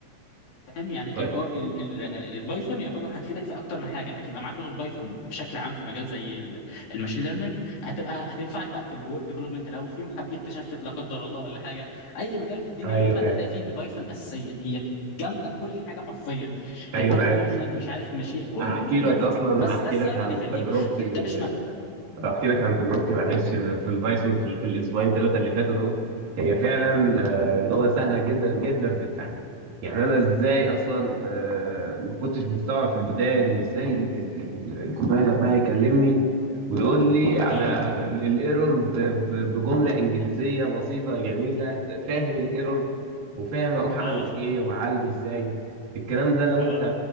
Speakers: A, on the left; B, on the right.
A: فاهم يعني ال
B: طيب
A: ال ال البايثون يعتبر هتفيدك في اكتر من حاجه انك يبقى معاك لغه بايثون بشكل عام في مجال زي ال- الماشين ليرنينج هتبقى هتنفعك بقى في الويب ديفلوبمنت لو في يوم حبيت تشفت لا قدر الله ولا حاجه اي مجال في الدنيا
B: ايوه
A: غالبا
B: فاهم
A: هتلاقي فيه البايثون اساسيه هي جامده في كل حاجه حرفيا
B: ايوه
A: اوتوميشن
B: انا عارف
A: مش عارف مش ايه كله
B: احكي
A: هتلاقي
B: لك
A: بايثون
B: اصلا
A: بس
B: احكي
A: ده السبب
B: لك عن
A: اللي يخليك
B: تجربتي
A: ده, ده مش مع...
B: احكي لك عن تجربتي مع الريسك في في البايثون في, في الاسبوعين ثلاثه اللي فاتوا دول هي فعلا آه، لغه سهله جدا جدا في التعلم يعني انا ازاي اصلا آه، ما كنتش مستوعب في البدايه ان ازاي ال- ال- ال- الكومبايلر بقى يكلمني ويقول لي على
A: اه
B: الايرور بجمله انجليزيه بسيطه جميله فاهم الايرور وفاهم اروح اعمل
A: اه
B: ايه واعالجه ازاي الكلام ده لو
A: اه
B: انت